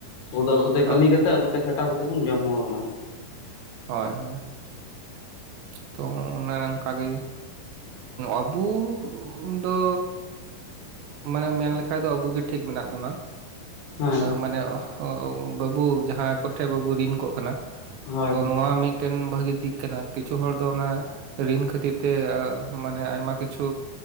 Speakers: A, on the left; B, on the right.
A: ᱟᱵᱚ ᱫᱚ ᱟᱵᱚᱛᱮ
B: ᱦᱳᱭ
A: ᱠᱟᱹᱢᱤ ᱠᱟᱛᱮᱜ ᱟᱵᱚᱛᱮ ᱠᱷᱟᱴᱟᱣ ᱠᱟᱛᱮᱜ ᱵᱚᱱ ᱡᱚᱢ ᱦᱚᱲ ᱠᱟᱱᱟ ᱵᱚᱱ᱾
B: ᱦᱳᱭ ᱦᱳᱭ᱾ ᱛᱚ ᱚᱱᱮ ᱝᱠᱟᱜᱮ ᱟᱵᱩᱼᱼ ᱫᱚ ᱢᱟᱱᱮ ᱢᱮᱱ ᱞᱮᱠᱷᱟᱡ ᱫᱚ ᱟᱵᱚᱜ ᱜᱮ ᱴᱷᱤᱠ ᱢᱮᱱᱟᱜ ᱵᱚᱱᱟ᱾
A: ᱦᱳᱭ
B: ᱢᱟᱱᱮ ᱵᱟᱹᱵᱩ ᱡᱟᱦᱟᱸᱭ ᱠᱚᱴᱷᱮᱜ ᱵᱟᱹᱵᱩ ᱨᱤᱱ ᱠᱚᱜ ᱠᱟᱱᱟ᱾
A: ᱦᱳᱭ
B: ᱛᱚ ᱱᱚᱣᱟ ᱢᱤᱫᱴᱮᱱ ᱵᱷᱟᱹᱜᱤ ᱫᱤᱠ ᱠᱟᱱᱟ ᱟᱨᱠᱤ᱾ ᱠᱤᱪᱷᱩ ᱦᱚᱲ ᱫᱚ ᱚᱱᱟ ᱨᱤᱱ ᱠᱷᱟᱹᱛᱤᱨ ᱛᱮ ᱢᱟᱱᱮ ᱟᱭᱢᱟ ᱠᱤᱪᱷᱩ᱾